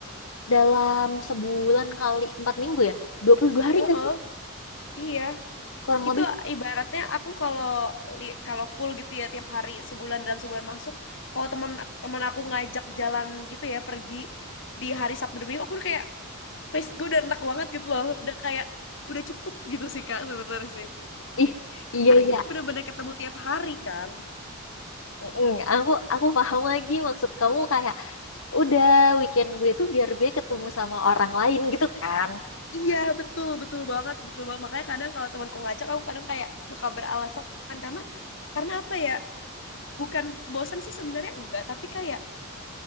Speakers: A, on the left; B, on the left.
A: dalam sebulan kali empat minggu ya, 22 hari
B: Heeh,
A: nggak sih?
B: iya.
A: Kurang
B: Itu
A: lebih.
B: ibaratnya aku kalau li- kalau full gitu ya tiap hari sebulan dalam sebulan masuk, kalau teman teman aku ngajak jalan gitu ya pergi di hari Sabtu dan Minggu aku udah kayak please gue udah enak banget gitu loh. Udah kayak udah cukup gitu sih Kak sebenarnya sih.
A: Ih, iya
B: Karena
A: iya.
B: kita bener-bener ketemu tiap hari kan.
A: Mm, aku aku paham lagi maksud kamu kayak udah weekend gue tuh biar gue ketemu sama orang lain gitu kan.
B: Iya, betul, betul banget, betul banget. Makanya kadang kalau temanku ngajak, aku kadang kayak suka beralasan karena karena apa ya? Bukan bosan sih sebenarnya enggak, tapi kayak